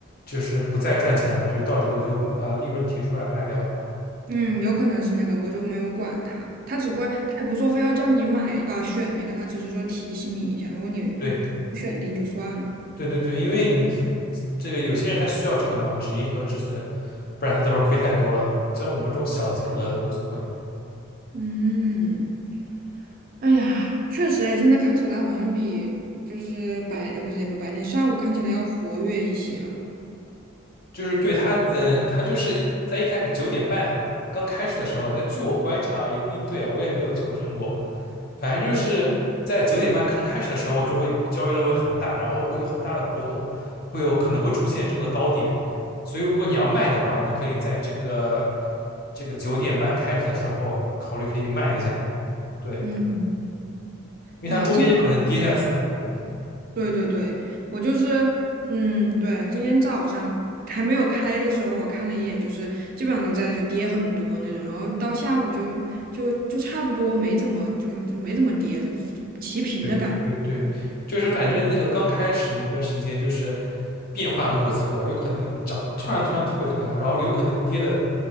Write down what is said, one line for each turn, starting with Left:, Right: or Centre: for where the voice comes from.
Left: 就是不再赚钱了，就到这个我就把利润提出来卖掉了。
Right: 嗯，有可能是那个，我就没有管它，它只会，它也不说非要叫你买啊、选那个，它只是说提醒你一下，如果你不不选定就算了。
Left: 对。对对对，因为你这个有些人他需要这个嘛，止盈和止损，不然他到时候亏太多了。像我们这种小金额的无所谓，
Right: 嗯。哎呀，确实诶，现在看起来好像比就是白，呃，不是也不白天上午看起来要活跃一些了。
Left: 就是对他，嗯，他就是一在一开始九点半刚开始的时候啊，就据我观察啊也不一定对啊我也没有求证过，反正就是在九点半刚开始的时候，就会交易量会很大，然后会有很大的波动，会有可能会出现这个高点，所以如果你要卖的话，你可以在这个这个九点半开始的时候考虑可以卖一下，对。
Right: 嗯，
Left: 因为它中间就可能跌下去了。
Right: 哇，今
Left: 嗯，
Right: 对对对，我就是，嗯，对，今天早上还没有开的时候，我看了一眼，就是基本上都在就跌很多那种，然后到下午就就就差不多没怎么就就没怎么跌，就是就齐平的感觉。
Left: 对，对对，就是反正那个刚开始那段时间就是变幻莫测，有可能涨突然突然特别特别好，然后有可能就跌的